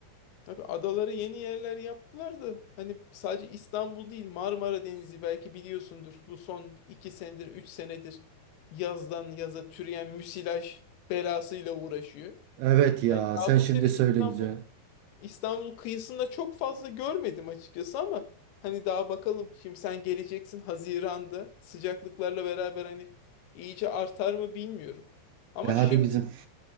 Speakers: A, on the left (about 75°); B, on the right (about 80°).
A: Abi adalara yeni yerler yaptılar da hani sadece İstanbul değil Marmara Denizi belki biliyorsundur. Bu son 2 senedir 3 senedir yazdan yaza türeyen müsilaj belasıyla uğraşıyor.
B: Evet ya
A: Yani daha
B: sen
A: bu
B: şimdi
A: sene
B: söyleyince.
A: İstanbul İstanbul kıyısında çok fazla görmedim açıkçası ama hani daha bakalım. Şimdi sen geleceksin Haziran'da sıcaklıklarla beraber hani iyice artar mı bilmiyorum. Ama
B: E hadi
A: şimdi
B: bizim